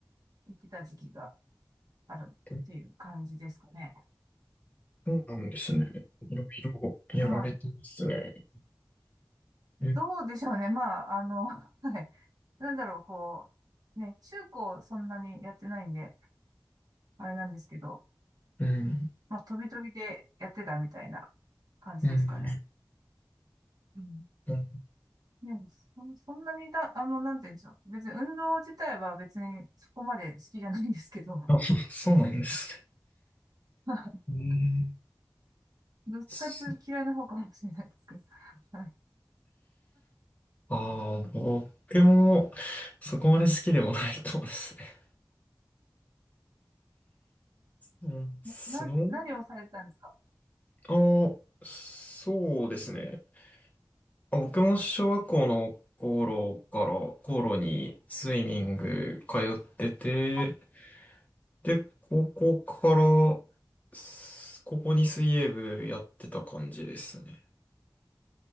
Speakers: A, on the right; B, on the left.
A: 行ってた時期があるっていう感じですかね。
B: い。そうなんですね。いろいろやられてますね。
A: はい。
B: え、
A: どうでしょうね。まあ、あの、<laughs> はい。なんだろう、こう、ね、中高そんなにやってないんで、あれなんですけど、
B: うん、
A: まあ、飛び飛びでやってたみたいな感じですかね。
B: うん、
A: うん。
B: うん。
A: でも、そ、そんなにだ、あの、なんて言うんでしょう。別に運動自体は別にそこまで好きじゃないんですけど、
B: あ、<laughs> そうなんですね。
A: <laughs>
B: うん
A: どっちかっていうと嫌いな方かもしれないですけど。
B: す
A: はい。
B: ああー、僕もそこまで好きでもないかもですね。うん、スノー
A: な、何をされてたんですか
B: あ、そうですね。あ、僕も小学校の頃から、頃にスイミング通ってて、
A: あ、
B: で、高校から、す高校に水泳部やってた感じですね。